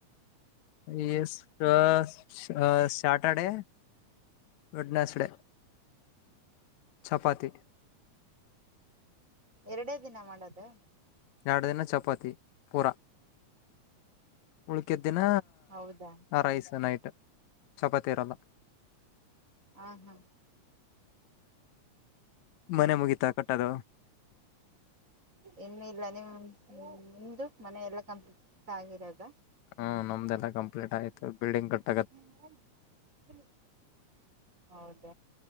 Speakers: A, on the left (about 75°); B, on the right (about 25°).
A: ಎ ಅ ಸ್ಯಾಟರ್ಡೆೇ ಗುಡ್ ನಸ್ಡ ಚಪಾತಿ.
B: ಎರಡೇ ದಿನ ಮಾಡೋದು.
A: ಎರಡು ದಿನ ಚಪಾತಿ ಪೂರ ಉಳಕಿ ದಿನ
B: ಹೌದಾ
A: ರೈಸ್ ನೈತ ಚಪಾತೀರಲ್ಲ
B: ಹಾ ಹಾ
A: ಮನೆ ಮುಗೀತಾ ಕಟ್ಟದು
B: ಇನ್ನುೂ ಇಲ್ಲ ನಿಮ್ ನಿಮ್ದು ಮನೆ ಎಲ್ಲ ಕಂಪ್ಲಿಟ್ ಆಗಿರದ
A: ಹ್ಮ್ ನಮ್ದೆಲ್ಲ ಕಂಪ್ಲೀಟ್ ಆಯ್ತು ಬಿಲ್ಡಿಂಗ್ ಕಟ್ಟ
B: ಹ್ಮ ಅದ